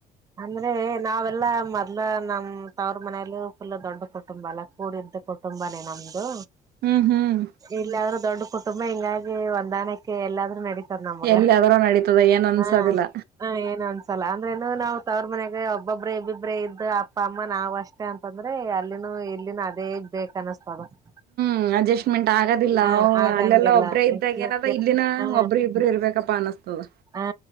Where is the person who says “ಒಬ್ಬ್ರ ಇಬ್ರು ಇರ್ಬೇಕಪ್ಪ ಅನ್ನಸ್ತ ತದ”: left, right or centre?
Right